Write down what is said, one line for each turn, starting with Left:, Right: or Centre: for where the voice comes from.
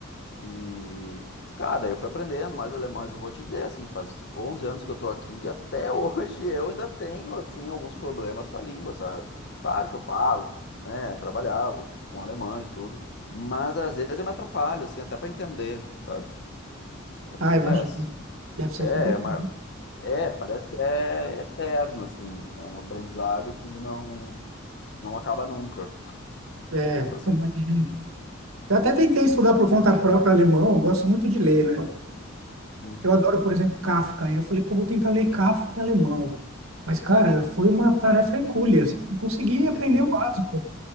Left: E, cara, daí eu fui aprendendo mais alemão, mas eu vou te dizer, assim, faz 11 anos que eu tô aqui, até hoje <laughs> eu ainda tenho, assim, alguns problemas com a língua, sabe? Claro que eu falo, né, trabalhava com alemães, tudo, mas às vezes eu me atrapalho, assim, até pra entender, sabe? Acontece.
Right: Ah, imagino. Deve ser
Left: É,
Right: complicado.
Left: mas, é, parece que é eterno, assim, é um aprendizado que não, não acaba nunca, <laughs>
Right: É,
Left: a impressão
Right: imagino.
Left: que eu tenho.
Right: Eu até tentei estudar por conta própria alemão. Eu gosto muito de ler, né?
Left: Sim,
Right: Eu adoro, por exemplo, Kafka. E eu falei, pô, vou tentar ler Kafka em alemão. Mas, cara, foi uma tarefa hercúlea. Não consegui
Left: sim,
Right: aprender o básico.